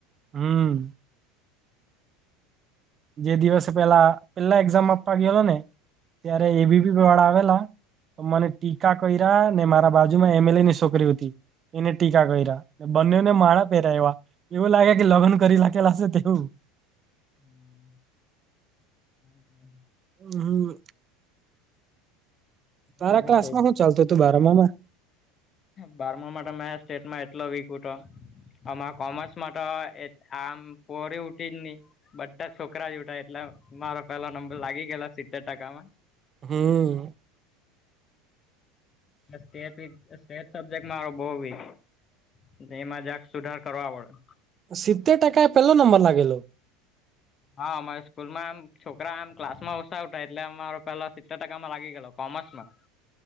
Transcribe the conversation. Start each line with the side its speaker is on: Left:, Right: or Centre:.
Right: હમ. જે દિવસે પેલા પેલા એક્ઝામ આપવા ગયેલો ને, ત્યારે એબીપીવાળ આવેલા. તો મને ટીકા કર્યા ને મારા બાજુમાં એમએલએની છોકરી હતી. એને ટીકા કર્યા, બંનેને માળા પહેરાવ્યા. એવું લાગે કે લગ્ન કરી રાખેલા છે, કે હું?
Left: હમ. <inaudible>
Right: હમ. હમ. તારા
Left: તો હું
Right: ક્લાસમાં
Left: કે
Right: શું ચાલતું હતું બારમામાં?
Left: બારમામાં તો મે સ્ટેટમાં એટલો વીક હતો. અમા કોમર્સમાં તો આમ પોરી ઉઠી જ નહી. બધા છોકરા જ ઉઠા એટલે મારો પેલો નંબર લાગી ગયેલા સિત્તેર ટકામાં
Right: હમ.
Left: સ્ટેટ સબ્જેક્ટ મારો બવ વીક. તેમાં જરાક સુધાર કરવા પડે.
Right: સીતેર ટકા એ પેલો નંબર લાગેલો.
Left: હા, અમારે સ્કૂલમાં એમ છોકરા આમ ક્લાસમાં ઓછા આવતા એટલે અમારો પેલા સિત્તેર ટકામાં લાગી ગેલો કોમર્સમાં.